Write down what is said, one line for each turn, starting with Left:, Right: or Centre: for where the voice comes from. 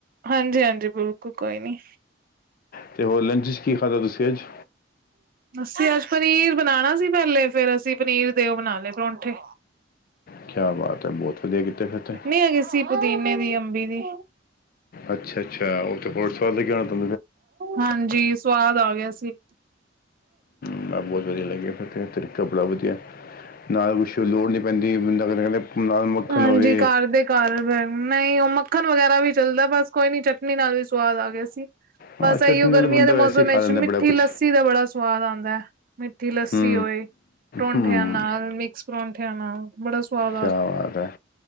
Right: ਹਾਂਜੀ ਹਾਂਜੀ ਬਿਲਕੁਲ ਕੋਈ ਨੀ।
Left: ਅਤੇ ਹੋਰ ਲੰਚ 'ਚ ਕੀ ਖਾਧਾ ਤੁਸੀਂ ਅੱਜ।
Right: ਅਸੀਂ ਅੱਜ ਪਨੀਰ ਬਣਾਉਣਾ ਸੀ ਪਹਿਲੇ ਫੇਰ ਅਸੀਂ ਪਨੀਰ ਦੇ ਦਿਓ ਬਣਾ ਲਏ ਪਰੌਂਠੇ।
Left: ਕਿਆ ਬਾਤ ਹੈ ਬਹੁਤ ਵਧੀਆ ਕਿੱਤੇ ਫਿਰਥ
Right: ਕਿਸਸੀ ਪੁਦੀਨੇ ਦੀ ਅੰਬੀ ਦੀ
Left: ਅੱਛਾ ਅੱਛਾ ਉੱਥੇ ਪੁਲਿਸਵਾਲ ਦੇਰ ਤੋ
Right: ਹਾਂਜੀ ਸਵਾਦ ਆ ਗਿਆ ਸੀ
Left: ਮੈਂ ਬਹੁਤ ਵਧੀਆ ਲੱਗਿਆ ਫਿਰ ਤਰੀਕਾ ਬੜਾ ਵਧੀਆ ਨਾਲ ਕੁਛ ਲੋੜ ਨਹੀਂ ਪੈਂਦੀ ਬੰਦਾ ਅ ਕਹਿੰਦੇ। ਨਾਲ ਮੱਖਣ
Right: ਹਾਂਜੀ
Left: ਹੋਵੇ
Right: ਕਾਰ ਦੇ। ਕਰ ਨਹੀਂ ਉਹ ਮੱਖਣ ਵਗੈਰਾ ਵੀ ਚੱਲਦਾ ਬਸ ਕੋਈ ਨੀ ਚਟਨੀ ਨਾਲ ਵੀ ਸਵਾਦ ਆ ਗਿਆ ਸੀ।
Left: ਆ
Right: ਬਸ
Left: ਚਟਨੀ
Right: ਆਈਓ ਗਰਮੀਆਂ
Left: ਨਾਲ ਤਾਂ ਬੰਦਾ
Right: ਦੇ
Left: ਵੈਸੇ
Right: ਮੌਸਮ
Left: ਹੀ ਖਾ
Right: ਵਿੱਚ
Left: ਲੈਂਦਾ
Right: ਮਿੱਠੀ
Left: ਬੜਾ ਕੁਝ
Right: ਲੱਸੀ। ਲੱਸੀ ਦਾ ਬੜਾ ਸਵਾਦ ਆਉਂਦਾ ਹੈ ਮਿੱਠੀ ਲੱਸੀ
Left: ਹੂੰ
Right: ਹੋਏ। ਪਰੌਂਠਿਆਂ
Left: ਹੂੰ
Right: ਨਾਲ ਮਿਕਸ ਪਰੌਂਠਿਆਂ ਨਾਲ। ਬੜਾ ਸੁਵਾਦ
Left: ਛਿਆ ਬਾਤ ਹੈ